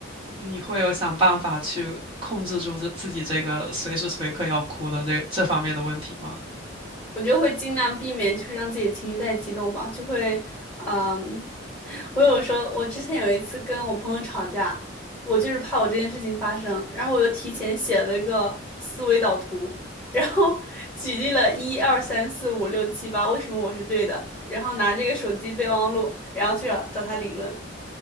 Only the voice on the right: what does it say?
你会有想办法去控制住自自己这个随时随刻要哭的这这方面的问题吗？